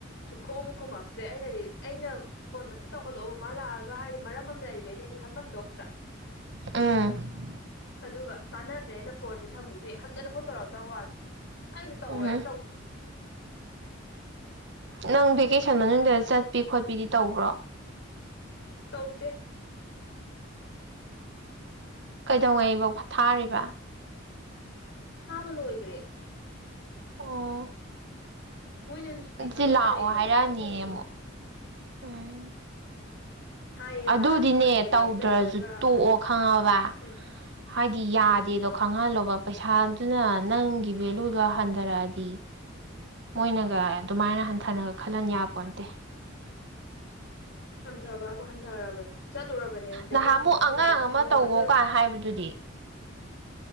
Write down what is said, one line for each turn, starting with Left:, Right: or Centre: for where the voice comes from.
Left: ꯁꯨ ꯈꯣꯑꯝ ꯈꯨꯝꯃꯛꯇ꯭ꯔꯦ ꯑꯩꯅꯗꯤ ꯑꯩꯅ ꯐꯣꯟ ꯑꯝꯇ ꯇꯧꯍꯜꯂꯛꯑꯣ ꯃꯥ ꯂꯥꯛꯑꯒ ꯍꯥꯏꯗꯤ ꯃꯔꯝ ꯑꯃꯅ ꯂꯩ ꯕꯅꯦꯗꯤ ꯈꯟꯕꯣꯇ꯭ꯔꯥ
Right: ꯑ <unintelligible> <inaudible>
Left: ꯑꯗꯨꯒ ꯇꯥꯟꯅꯗ꯭ꯔꯦꯅ ꯐꯣꯟꯁꯦ ꯊꯝꯈꯤꯕꯗꯒꯤ ꯍꯟꯗꯅꯐꯥꯎ ꯇꯧꯔꯛꯇꯕ ꯋꯥꯅꯤ ꯑꯩꯁꯨ ꯇꯧꯔꯣꯏ
Right: ꯎꯝ
Left: ꯑꯩ ꯇꯧꯗ
Right: ꯅꯪ ꯚꯦꯀꯦꯁꯟ ꯃꯅꯨꯡꯗ ꯆꯠꯄꯤ ꯈꯣꯠꯄꯤꯗꯤ ꯇꯧꯕ꯭ꯔꯣ
Left: ꯇꯧꯗꯦ
Right: ꯀꯩꯗꯧꯉꯩꯕ ꯊꯥꯔꯤꯕ
Left: ꯊꯥꯕ ꯂꯣꯏꯈ꯭ꯔꯦ
Right: ꯑꯣ <unintelligible> <inaudible>
Left: ꯃꯣꯏꯅ ꯁꯨꯇꯤ ꯊꯥꯗꯣꯛꯆꯔꯛꯑꯦꯕ
Right: ꯁꯤ ꯂꯥꯛꯑꯣ ꯍꯥꯏꯔꯛꯑꯅꯤꯅꯦ
Left: ꯚꯦꯀꯦꯁꯟ ꯃꯅꯨꯡꯗꯣ
Right: ꯑꯃꯨꯛ ꯎꯝ
Left: ꯍꯥꯏꯌꯦꯕ
Right: ꯑꯗꯨꯗꯤꯅꯦ
Left: ꯆꯠꯂꯨꯔꯦ
Right: ꯇꯧꯗ꯭ꯔꯁꯨ
Left: ꯆꯠꯂꯨꯔꯒ
Right: ꯇꯣꯛꯑꯣ ꯈꯪꯉꯕ
Left: ꯎꯝ
Right: ꯍꯥꯏꯗꯤ ꯌꯥꯗꯗꯣ
Left: ꯎꯝ
Right: ꯈꯪꯍꯥꯜꯂꯧꯕ ꯄꯩꯁꯥꯗꯨꯅ ꯅꯪꯒꯤ ꯚꯦꯂꯨꯗꯣ ꯍꯟꯊꯔꯛꯑꯗꯤ ꯃꯣꯏꯅꯒ ꯑꯗꯨꯃꯥꯏꯅ ꯍꯟꯊꯅꯒ ꯈꯜꯍꯟ ꯌꯥꯄ ꯅꯠꯇꯦ
Left: ꯍꯟꯊꯕꯕ ꯍꯟꯊꯔꯕꯅꯦ ꯆꯠꯂꯨꯔꯕꯅꯦꯕ ꯚꯦꯀꯦꯁꯟ
Right: ꯅꯍꯥꯟꯃꯨꯛ
Left: ꯃꯇꯨꯡꯗ
Right: ꯑꯉꯥꯡ ꯑꯃ
Left: ꯅꯣꯡꯃ
Right: ꯇꯧꯋꯣ
Left: ꯆꯠꯂꯦ
Right: ꯀꯥꯏ ꯍꯥꯏꯕꯗꯨꯗꯤ